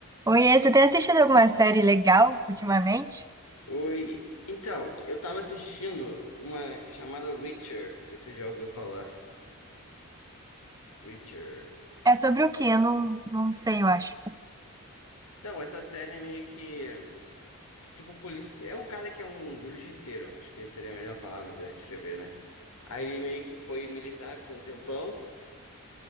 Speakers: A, on the right (about 15°); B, on the left (about 80°).
A: Oiê, você tem assistido alguma série legal ultimamente?
B: Oi. Então, eu tava assistindo uma que é chamada Reacher. Não sei se você já ouviu falar. Reacher.
A: É sobre o quê? Eu não, não sei, eu acho.
B: Então, essa série é meio que. Tipo, polícia. É um cara que é um justiceiro. Acho que seria a melhor palavra pra descrever, né? Aí ele meio que foi militar por um tempão.